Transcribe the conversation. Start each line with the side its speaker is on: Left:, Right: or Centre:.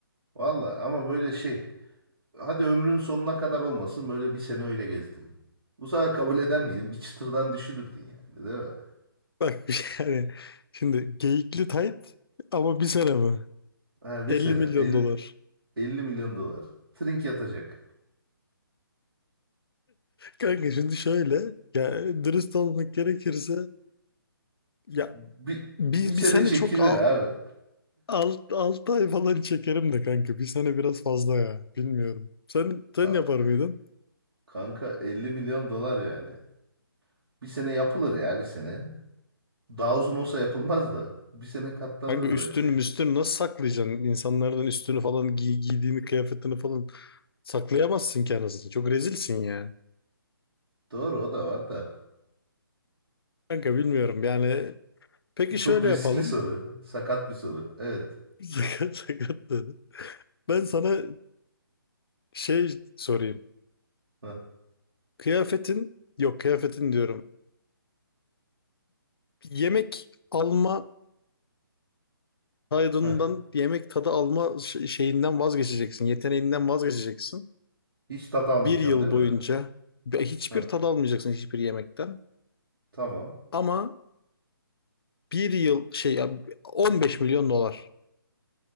Right: Valla ama böyle şey, hadi ömrünün sonuna kadar olmasın böyle bir sene öyle gezdin. Bu sefer kabul eder miydin? Bir çıtırdan düşünürdün yani, değil mi?
Left: Bak <laughs> bir şey yani şimdi geyikli tayt ama bir sene mi?
Right: Ha, bir
Left: 50
Right: sene
Left: milyon
Right: 50,
Left: dolar.
Right: 50 milyon dolar. Trink yatacak.
Left: Kanka şimdi şöyle ya dürüst olmak gerekirse ya
Right: Bir,
Left: bir,
Right: bir sene
Left: bir sene
Right: çekilir
Left: çok al.
Right: abi.
Left: Alt, 6 ay falan çekerim de kanka. Bir sene biraz fazla ya. Bilmiyorum. Sen, sen
Right: <laughs>
Left: yapar mıydın?
Right: Kanka 50 milyon dolar yani. Bir sene yapılır ya bir sene. Daha uzun olsa yapılmaz da. Bir sene katlanır
Left: Kanka üstün
Right: bence.
Left: müstün nasıl saklayacaksın? İnsanlardan üstünü falan giy, giydiğini kıyafetini falan saklayamazsın ki anasını. Çok rezilsin ya.
Right: Doğru o da var da.
Left: Kanka bilmiyorum yani. Peki
Right: Çok
Left: şöyle
Right: riskli
Left: yapalım.
Right: soru. Sakat bir soru. Evet.
Left: <laughs> Sakat sakat dedi. Ben sana şey sorayım.
Right: Heh,
Left: Kıyafetin yok kıyafetin diyorum. Yemek alma taydından
Right: heh.
Left: yemek tadı alma ş- şeyinden vazgeçeceksin. Yeteneğinden vazgeçeceksin.
Right: Hiç tat almayacağım
Left: Bir yıl
Right: değil mi?
Left: boyunca hiçbir
Right: Heh,
Left: tad almayacaksın hiçbir yemekten.
Right: tamam.
Left: Ama bir yıl şey ya 15 milyon dolar.